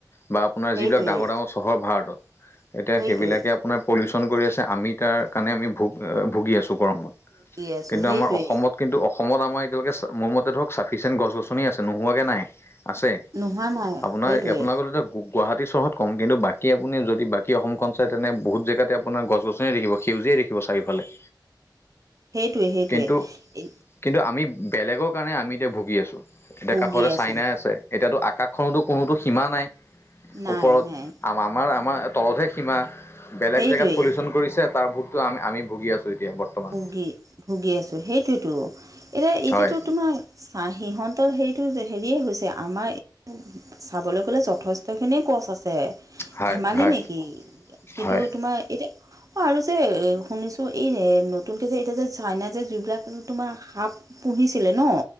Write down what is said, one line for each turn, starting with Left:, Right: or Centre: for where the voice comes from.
Left: বা আপোনাৰ
Right: সেইটোৱে
Left: যিবিলাক ডাঙৰ ডাঙৰ চহৰ ভাৰতত এতিয়া
Right: সেইটোৱে
Left: সেইবিলাকে আপোনাৰ পলিউচন কৰি আছে আমি তাৰ কাৰণে আমি ভু ভুগি আছো <unintelligible>
Right: ভুগি আছোঁ
Left: কিন্তু
Right: সেইটোৱে
Left: আমাৰ অসমত কিন্তু অসমত আমাৰ এতিয়ালৈকে মোৰ মতে ধৰক চাফিচিয়েণ্ট গছ গছনি আছে নোহোৱাকে নাই আছে
Right: নোহোৱা নাই
Left: আপোনাৰ
Right: সেইটোৱে
Left: আপোনালোকৰ এতিয়া গু গুৱাহাটী চহৰত কম কিন্তু বাকী আপুনি যদি বাকী অসমখন চায় তেনে বহুত জেগতে আপোনাৰ গছ গছনিই দেখিব সেউজিয়াই দেখিব খিব চাৰিওফালে
Right: সেইটোৱে সেইটোৱে
Left: কিন্তু কিন্তু আমি বেলেগৰ কাৰণে আমি এতিয়া ভুগি আছোঁ এতিয়া
Right: ভুগি
Left: কাষতে
Right: আছোঁ
Left: চাইনা আছে এতিয়াতো আকাশখনতো কোনোতো সীমা নাই
Right: নাই
Left: ওপৰত
Right: নাই
Left: আ আমাৰ আমাৰ তলতহে সীমা বেলেগ
Right: সেইটোৱেই
Left: জেগাত পলিউচন কৰিছে তাৰ ভোগটো আমি আমি ভুগি আছোঁ এতিয়া বৰ্তমান
Right: ভুগি ভুগি আছোঁ সেইটোৱেতো এতিয়া এতিয়াতো
Left: হয়
Right: তোমাৰ চা সিহঁতৰ হেৰিটো হেৰিয়ে হৈছে আমাৰ চাবলৈ গ'লে যথেষ্ট খিনিয়ে কজ আছে
Left: হয়
Right: ধেমালি
Left: হয়
Right: নেকি কিন্তু
Left: হয়
Right: তোমাৰ এতিয়া অ আৰু যে এ শুনিছো এই নতুনকে যে এতিয়া যে চাইনা যে যুগ্ৰা তোমাৰ সাপ পুহিছিলে ন?